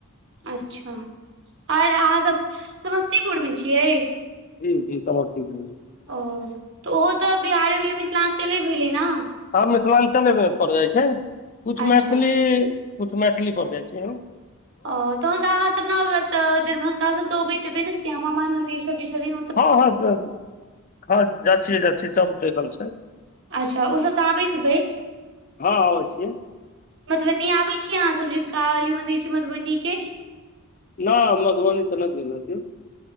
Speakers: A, on the right; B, on the left.
A: अच्छा आओर अहाँसभ समस्तीपुरमे छियै
B: ही जी समझत
A: ओ तऽ ओहो तऽ बिहारे भेलै मिथिलाञ्चले भेलै ने
B: हँ मिथिलाञ्चलेमे पड़ जाइ छै कुछ
A: अच्छा
B: मैथिली कछु मैथिली पर जाइ छै
A: अ तहन तऽ अहाँ सब न ने दरभंगा सब त अबैत हेबे ने श्यामा माई मंदिर सब कि छथिद
B: हँ हँ सब हँ जा छियै जा छियै सब देखल छै
A: अच्छा ओसब तऽ आबैत हेबै
B: हँ आबै छियै
A: मधुबनी आबै छीयै अहाँ सब जे काली मंदिर छै मधुबनी के
B: न मगबनी तऽ नहि नती